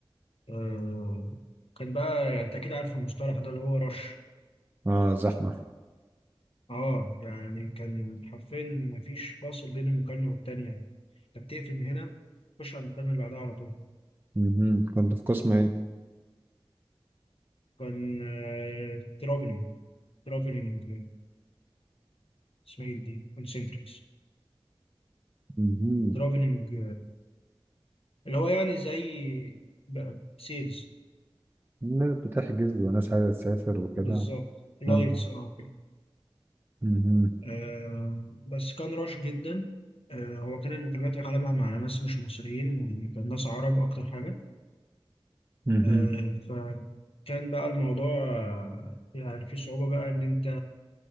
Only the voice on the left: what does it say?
آه، كان بقى يعني انت اكيد عارف المصطلح ده اللي هو رش
اه يعني كان حرفيا مفيش فاصل بين المكالمة والتانية يعني انت بتقفل من هنا تخش على المكالمة اللي بعدها على طول
فكان ترافلينج ترافلينج اسمها ايه دي كونسنتريكس
ترافلينج اللي هو يعني زي سيلز
بالظبط لايتس
اه كده
آه، بس كان رش جدا آه، هو كان المكالمات اغلبها مع ناس مش مصريين يعني كان ناس عرب اكتر حاجة
آه، فكان بقى الموضوع آه، يعني في صعوبة بقى إن أنت